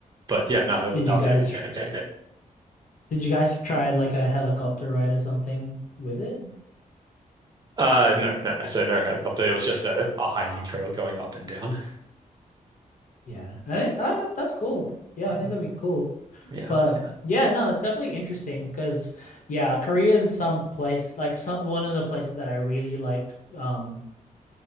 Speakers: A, on the right; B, on the left.
A: but yeah, no,
B: Did
A: that
B: you
A: was
B: guys
A: pretty interesting.
B: did you guys try like a helicopter ride or something with it?
A: Uh, no, no, no. So no helicopter. It was just a, a hiking
B: Uh
A: trail going up and down.
B: yeah. I think uh, that's cool. Yeah,
A: Mm,
B: I think that'd be cool.
A: yeah,
B: But
A: yeah.
B: yeah, no, it's definitely interesting because yeah, Korea is some place like some one of the places that I really liked um